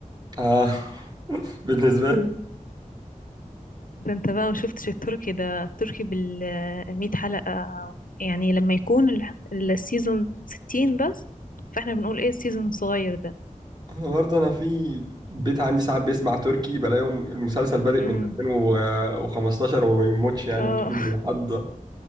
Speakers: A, on the right; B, on the left.
A: آه <laughs> بالنسبة لي
B: ده انت بقى مشفتش التركي ده التركي بالمية حلقة يعني لما يكون ال- السيزون ستين بس فاحنا بنقول ايه السيزون الصغير ده
A: أنا برضو أنا في البيت عندي ساعات بيسمع تركي بلاقيهم المسلسل بادئ
B: امم
A: من 2015 وما بيموتش يعني
B: اه
A: مكمل لحد